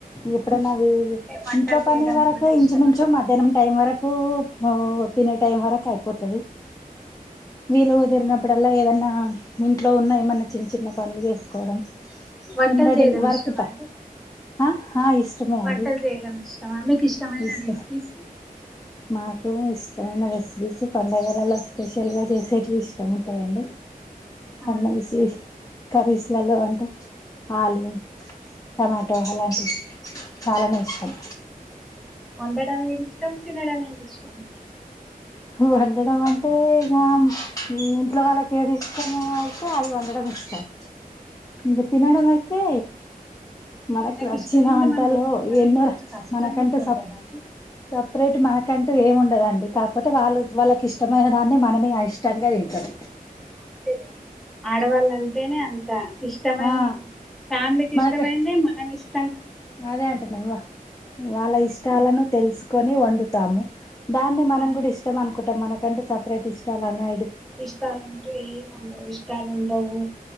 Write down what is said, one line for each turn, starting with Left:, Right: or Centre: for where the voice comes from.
Left: ఇప్పుడన్నవి
Centre: వంటలు
Left: ఇంట్లో
Centre: చేయడం
Left: పని వరకే
Centre: ఏమన్నా
Left: ఇంచుమించు
Centre: ఇష్టమా మీకు
Left: మధ్యాహ్నం టైం వరకు తినే టైం వరకు అయిపోతది వీలుదిరినప్పుడల్ ఏదన్నా ఇంట్లో ఉన్నా ఏమన్న చిన్న చిన్న పనులు చేసుకోవడం.
Centre: వంటలు
Left: ఎంబ్రాయిడింగ్
Centre: చేయడం
Left: వర్క్
Centre: ఇష్టమా
Left: ప
Centre: అండి.
Left: ఆ ఆ ఇష్టమే
Centre: వంటలు
Left: అండి
Centre: చేయడం ఇష్టమా మీకు ఇష్టమైన
Left: ఇష్టం
Centre: రెసిపీస్
Left: మాకు ఇష్టమైన రెసిపీస్ పండగ పండగలల్ల స్పెషల్ గా చేసేటివి ఇష్టం ఉంటాయండి.
Centre: ఆ
Left: పండగ స్పెష కర్రీస్ ల్లలో అంటే ఆలు టమాటో అలాంటి చాలానే ఇష్టం
Centre: వండడం ఏది ఇష్టం, తినడం ఏది ఇష్టం.
Left: వండడం అంటే ఇగ ఇంట్లో వాళ్ళకి ఏది ఇష్టం అయితే అది వండడం ఇష్టం. ఇంగ తినడమైతే మనకి
Centre: నాకు
Left: నచ్చిన
Centre: ఇష్టమైంది
Left: వంటలో
Centre: మనం వండుకోవాలంటే
Left: ఎన్నోరా
Centre: కొంచెం కష్టంగా
Left: మనకంటే
Centre: ఉంటది
Left: సప
Centre: కదా అండి
Left: సపరేట్ మన కంటూ ఏముండదండి. కాకపోతే వాళ్ళు వాళ్ళకి ఇష్టమైన దాన్ని మనమే అయిష్టంగా తింటం.
Centre: <unintelligible> ఆడవాళ్ళంటేనే అంత ఇష్టమై
Left: ఆ
Centre: ఫ్యామిలీకి
Left: మనకు
Centre: ఇష్టమైంది మనం ఇష్
Left: అదే అంటాన్న వా వాళ్ళ ఇష్టాలను
Centre: ఆ,
Left: తెలుసుకో కొని వండుతాము. దాన్ని మనం
Centre: ఆ,
Left: కూడా ఇష్టం అనుకుం టం మనకంటూ సపరేట్ ఇష్టాలు అనే
Centre: ఇష్టాలంటూ ఏమ్ ఉండవు ఇష్టాలుం డవు